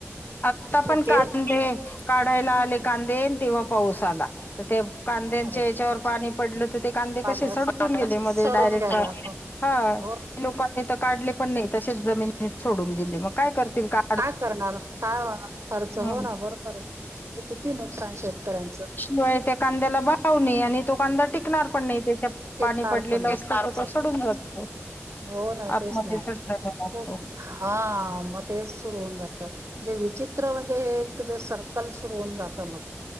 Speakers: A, on the left; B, on the right.
A: आता
B: तर
A: पण
B: हे
A: कांदे काढायला आले कांदे तेव्हा पाऊस आला तर ते कांद्याच्या
B: अरे
A: हेच्यावर पाणी पडलं तर ते कांदे
B: पालच
A: कसे सडून गेले मग
B: सडून
A: ते डायरेक्ट.
B: गेला हो
A: हा.
B: हो
A: लोकांनी तर काढले पण नाही तसेच जमीनी सोडून दिले मग काय करतील का
B: काय करणार काय होणार खर्च
A: हम्म
B: हो ना. बरोबर आहे. म्हणजे किती नुकसान शेतकऱ्यांचं.
A: होय. त्या कांद्याला वाळवणे आणि तो कांदा टिकणार पण नाही त्याच्यात
B: टेकणार
A: पाणी पडलेलं
B: पण नाही
A: असतं
B: खरंच
A: तर तो
B: आहे
A: सडून जातो.
B: हो ना.
A: आतमध्ये
B: तेच ना.
A: सडायला लागतो
B: खूप हा मग तेच सुरू होऊन जात. जे विचित्र म्हणजे हे एक जे सर्कल सुरू होऊन जातं मग.